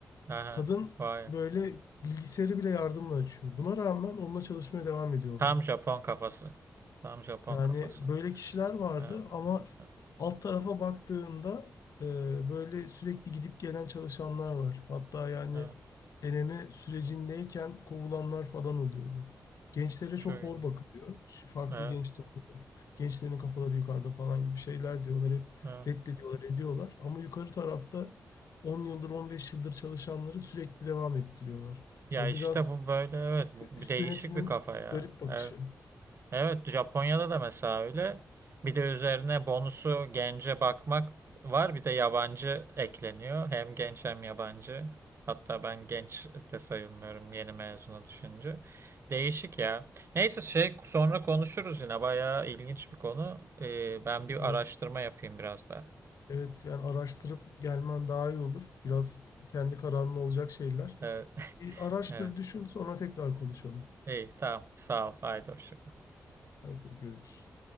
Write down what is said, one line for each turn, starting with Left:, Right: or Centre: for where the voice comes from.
Right: Aha,
Left: Kadın
Right: vay.
Left: böyle bilgisayarı bile yardımla açıyor. Buna rağmen onunla çalışmaya devam ediyorlardı.
Right: Tam Japon kafası. Tam Japon
Left: Yani
Right: kafası.
Left: böyle kişiler vardı
Right: Evet,
Left: ama
Right: evet,
Left: alt tarafa baktığında e, böyle sürekli gidip gelen çalışanlar var. Hatta yani
Right: evet.
Left: deneme sürecindeyken kovulanlar falan oluyordu. Gençlere çok
Right: Çok iyi.
Left: hor bakılıyor. Şu Farklı
Right: Evet,
Left: genç de oluyor. Gençlerin kafaları yukarıda falan gibi şeyler diyorlar. Hep
Right: evet.
Left: reddediyorlar, ediyorlar. Ama yukarı tarafta 10 yıldır, 15 yıldır çalışanları sürekli devam ettiriyorlar.
Right: Ya
Left: O
Right: işte
Left: biraz
Right: bu böyle evet bu
Left: üst
Right: bir değişik
Left: yönetimin
Right: bir kafa ya.
Left: garip bakışı.
Right: Evet. Evet, Japonya'da da mesela öyle. Bir de üzerine bonusu gence bakmak var. Bir de yabancı ekleniyor. Hem genç hem yabancı. Hatta ben genç de sayılmıyorum yeni mezuna düşünce. Değişik ya. Neyse şey sonra konuşuruz yine. Bayağı ilginç bir konu. Ee, ben bir
Left: Evet.
Right: araştırma yapayım biraz daha.
Left: Evet yani araştırıp gelmen daha iyi olur. Biraz
Right: Evet,
Left: kendi kararın olacak şeyler.
Right: evet, <laughs>
Left: Bir araştır,
Right: evet.
Left: düşün, sonra tekrar konuşalım.
Right: İyi, tamam. Sağ ol. Haydi hoşça kal.
Left: Hadi görüşürüz.